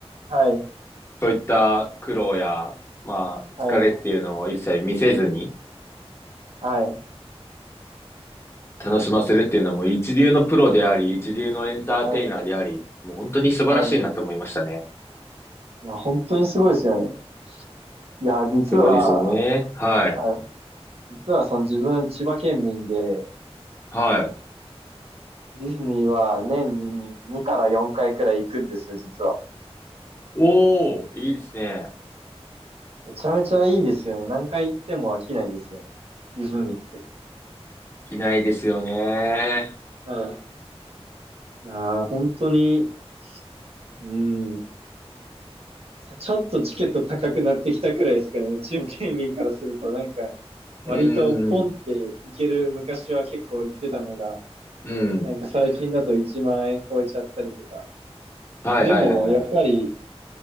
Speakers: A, on the right; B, on the left.
A: はい、
B: そういった苦労や、まあ、
A: はい、
B: 疲れっていうのを一切見せずに
A: はい、
B: 楽しませるっていうのも一流のプロであり、一流のエンターテイナーであり、
A: はい、
B: もう本当に素晴らしいなと思いましたね。
A: はい。いや、本当にすごいですよね。いや、実は、
B: すごいですよね。はい。
A: はい、実はその自分、千葉県民で、
B: はい。
A: ディズニーは年に2から4回くらい行くんですよ、実は。
B: おー、いいですね。
A: めちゃめちゃいいですよね。何回行っても飽きないですよね。ディズニーって。
B: 着ないですよね。
A: はい。いやー、本当に、うん、ちょっとチケット高くなってきたくらいですかね。中央県民からすると、なんか、割とポンっていける、
B: うん、
A: 昔は結構行ってたのが、
B: うん。
A: なんか最近だと1万円超えちゃったりとか。
B: はいはいはいはい。
A: でも、やっぱり、